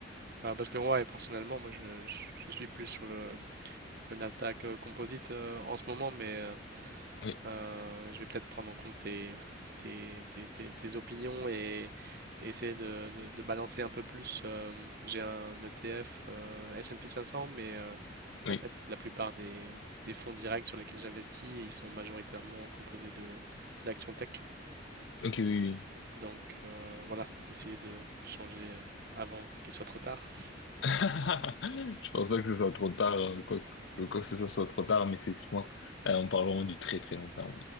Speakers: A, on the right; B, on the left.
A: Euh, parce que ouais, personnellement, moi, je, je- je suis plus sur le, le Nasdaq euh, Composite euh, en ce moment, mais euh,
B: Oui,
A: euh, je vais peut-être prendre en compte tes, tes, tes- tes- tes opinions et, et essayer de, de- de balancer un peu plus. euh, j'ai un ETF euh, S&P 500, mais euh,
B: oui.
A: en fait, la plupart des, des fonds directs sur lesquels j'investis, ils sont majoritairement composés de d'actions tech.
B: Ok, oui, oui.
A: Donc euh, voilà, essayer de changer euh, avant qu'il soit trop tard.
B: <laughs> Je pense pas que ce soit trop tard, euh, quoi, que, quoi que ce soit, soit trop tard, mais c'est, je pense, euh, on parle vraiment du très très long terme.